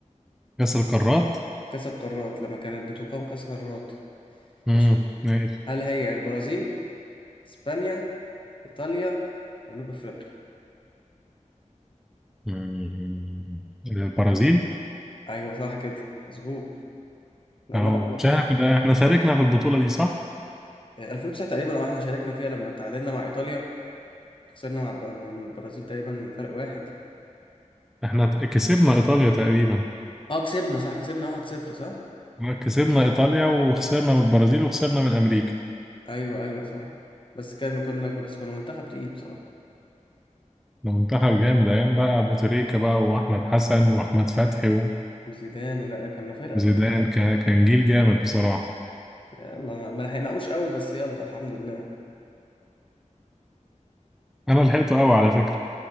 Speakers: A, in the centre; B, on the left.
A: كأس القارات
B: كأس القارات لما كانت بتقام كأس القارات
A: مم.
B: ماشي
A: ماشي
B: هل هي البرازيل اسبانيا ايطاليا جنوب افريقيا
A: مم. البرازيل
B: ايوه صح كده مظبوط الله
A: آه
B: ينور
A: مش إحنا كده إحنا شاركنا في البطولة دي صح؟
B: آه، 2009 تقريبا اه احنا شاركنا فيها لما تعادلنا مع ايطاليا خسرنا مع الب- من البرازيل تقريبا فرق واحد
A: إحنا ت- كسبنا إيطاليا تقريبا
B: اه كسبنا صح كسبنا 1-0 صح
A: كسبنا إيطاليا وخسرنا من البرازيل وخسرنا من أمريكا
B: ايوه ايوه صح بس كان كنا بس كنا منتخب تقيل بصراحة
A: المنتخب جامد أيام بقى أبو تريكة بقى وأحمد حسن وأحمد فتحي
B: وزيدان ولا كنا فرقة
A: زيدان
B: تقيلة
A: كان كان جيل جامد بصراحة
B: يلا ما ما لحقناهوش قوي بس يلا الحمد لله
A: أنا لحقته قوي على فكرة